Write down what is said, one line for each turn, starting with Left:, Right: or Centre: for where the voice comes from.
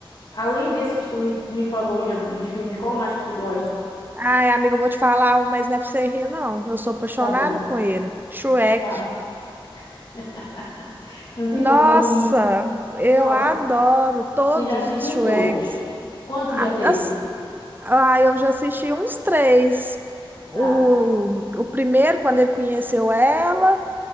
Left: Além desse que tu me, tu me falou já dos filmes, qual mais que tu gosta?
Right: Ai, amiga, eu vou te falar, um, mas não é pra você rir, não. Eu sou apaixonada
Left: Tá bom.
Right: com ele. Shrek.
Left: fala. <laughs> Não tem
Right: Nossa,
Left: como não rir.
Right: eu
Left: Nossa,
Right: adoro todos
Left: tu já assistiu
Right: os Shreks.
Left: todos. Quantos
Right: A-
Left: já teve?
Right: as- Ah, eu já assisti uns três. O,
Left: Tá.
Right: o primeiro, quando ele conheceu ela,